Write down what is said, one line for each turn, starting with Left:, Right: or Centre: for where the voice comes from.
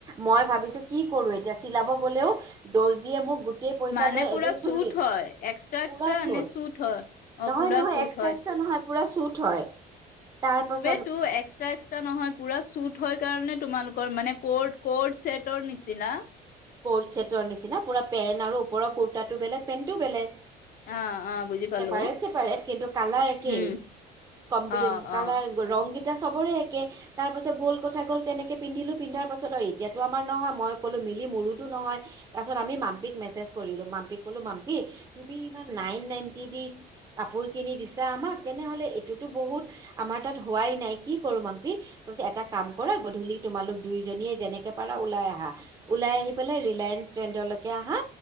Right: মই ভাবিছোঁ কি। কৰোঁ এতিয়া চিলাব গ'লেও দৰ্জীয়ে মোক গ। গোটেই পইচা
Left: মানে
Right: লৈ
Left: পুৰা
Right: এযোৰ চুৰি
Left: চুট হয়, এক্সট্ৰা
Right: পুৰা
Left: এক্সট্ৰা
Right: চুৰ
Left: আনে চুট হয়। অ',
Right: নহয়
Left: পুৰা
Right: নহয়
Left: চুট
Right: এক্সট্ৰা
Left: হয়,
Right: এক্সট্ৰা নহয়। পুৰা চুট হয় তাৰপাছত।
Left: <unintelligible> এক্সট্ৰা এক্সট্ৰা নহয় পুৰা। চুট হয় কাৰণে তোমালোকৰ মানে কোৰ্ট কোৰ্ট ছেটৰ নিচিনা।
Right: কৰ্ট ছেটৰ নিচিনা পুৰা পেণ্ট আৰু ওপৰৰ কুৰ্তাটো বেলেগ পেণ্টো বেলেগ।
Left: অ', অ', বুজি পালো
Right: চেপাৰেট চেপাৰেট কিন্তু কালাৰ একেই।
Left: উম,
Right: কম্বিৰ
Left: অ',
Right: কালাৰ
Left: অ'।
Right: ৰং। এতিয়া চবৰে একে তাৰ পাছত গ'ল কথা গ'ল তেনেকে পিন্ধিলো পিন্ধাৰ পাছত আৰু এতিয়াতো আমাৰ নহয় মই ক'লো মিলি মোৰো। নহয় তাৰ পাছত আমি মাম্পিক মেছেজ কৰিলোঁ মাম্পিক ক'লো মাম্পি তুমি ইমান নাইন নাইন্তি। কাপোৰ কিনি দিছা আমাক তেনেহ'লে এইটোতো বহুত আমাৰ তাত হোৱাই নাই কি কৰোঁ। <unintelligible> <unintelligible> কৈ এটা কাম কৰা গধূলি তোমালোক দুইজনীয়ে যেনেকে পাৰা ওলাই আহা উলাই আহি। পেলে ৰিলায়েন্স ট্ৰেণ্ডলৈকে আহা